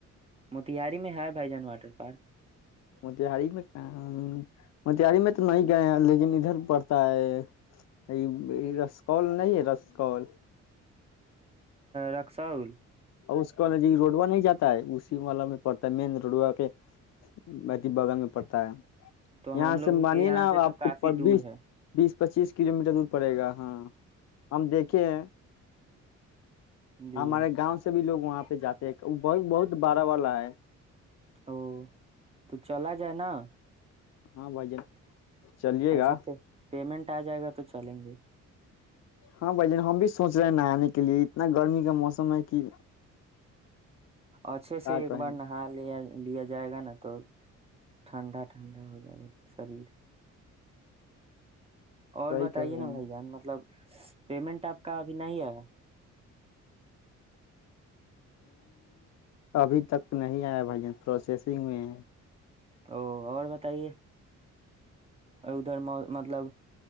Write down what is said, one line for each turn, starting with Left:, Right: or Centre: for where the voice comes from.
Right: تیاری میں ہے بھائی جان واٹر پارک
Left: میں تو نہیں گئے ہیں مگر کرتا ہے میرا اور نہیں ہے رست کول
Right: رکسا ہل
Left: نہیں جاتا ہے اسی والا میں پڑتا ہے مین روڈوا کے باقی باغن میں پڑتا ہے
Right: تو
Left: یہاں
Right: ہم لوگوں
Left: سے مانیے
Right: کے یہاں
Left: نا
Right: سے تو
Left: اپ
Right: کافی
Left: کو
Right: دور ہے
Left: اس چیز کے لیے مجھے دودھ پڑے گا ہاں ہم دیکھے ہیں
Right: جی
Left: ہمارے گاؤں لوگ وہاں پہ جاتے ہیں بہت والا ہے
Right: او تو چلا جانا
Left: ہاں بھائی جان چلیے
Right: اچھا
Left: گا
Right: پیمنٹ ا جائے گا تو چلیں گے
Left: ہاں بھائی جان ہم بھی سوچ رہے ہیں نایانے کے لیے اتنا گرمی کا موسم ہے کہ
Right: اچھے
Left: کیا
Right: سے ایک
Left: کہیں
Right: بار نہا لیا لیا جائے گا نا تو ٹھنڈا ٹھنڈا ہو جائے گا سری اور
Left: صحیح
Right: بتائیے
Left: کہہ رہے
Right: نا
Left: ہیں
Right: بھائی جان مطلب پیمنٹ اپ کا ابھی نہیں ہے
Left: ابھی تک نہیں ایا بھائی جان پروسیسنگ میں
Right: او اور بتائیے ادھر مطلب